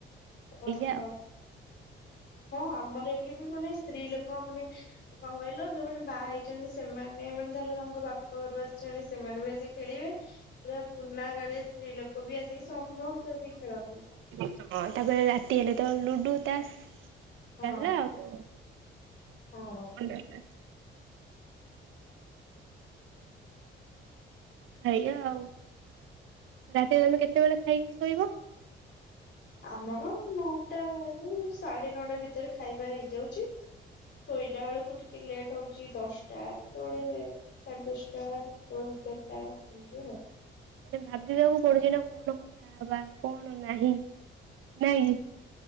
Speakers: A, on the left; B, on the right.
A: ଓହୋ।
B: ଏଇଆ ଆଉ।
A: ହଁ ଆମର ଏଠି ବି ମାନେ ସ୍ତ୍ରୀ ଲୋକ ମାନେ କଣ କହିଲ ଯୋଉମାନେ ବାହା ହେଇଛନ୍ତି ସେମାନେ ମାନେ ଧର ତାଙ୍କ ବାପ ଘରୁ ଆସିଛନ୍ତି ସେମାନେ ବି ଆସିିକି ଖେଳିବେ। ପୁରା ପୁରୁଣା ଗାଳିଆ ସ୍ତ୍ରୀ ଲୋକ ବି ଆସିକି ସମସ୍ତେ ଆସିିକି ଖେଳନ୍ତି।
B: ହଁ ତାପରେ ରାତି ହେଲେ ତ ଲୁଡୁ ତାସ ଚାଲିଲା
A: ହଁ।
B: ଆଉ କଣ
A: ହଁ
B: ଆଉ କଣ ଦରକାର ଖାଇବା ଆଉ ରାତିରେ ତମେ କେତେବେଳେ ଖାଇକି ଶୋଇବ?
A: ଆମର ନଅଟା ରୁ ସାଢେ ନଅଟା ଭିତରେ ଖାଇବା ହେଇଯାଉଛି। ଶୋଇଲା ବେଳକୁ ଟିକେ ଲେଟ୍ ହଉଛି ଦଶଟା କେତେବେଳେ ସାଢେ ଦଶଟା କେତେବେଳେ ଏଗାରଟା ଏମତି ଆଉ।
B: ମାନେ ଭାବିବାକୁ ପଡୁଛି ନା କଣ କଥା ବା କଣ ନାହିଁ ନାଇଁ କି?